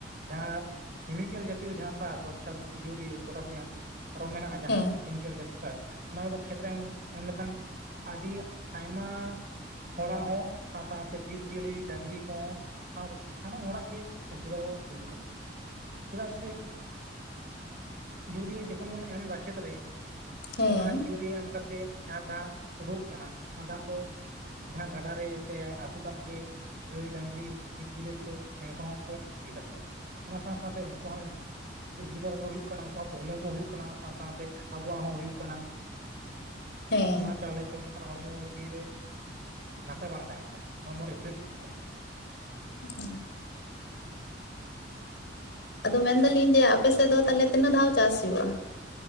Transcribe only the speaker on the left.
ᱦᱮᱸ
ᱦᱮᱸ
ᱦᱮᱸ
ᱦᱮᱸ ᱟᱫᱚ ᱢᱮᱱ ᱫᱟᱞᱤᱧ ᱡᱮ ᱟᱯᱮᱥᱮᱫ ᱫᱚ ᱛᱟᱦᱚᱞᱮ ᱛᱤᱱᱟᱹᱜ ᱫᱷᱟᱣ ᱪᱟᱥ ᱦᱩᱭᱩᱜᱼᱟ?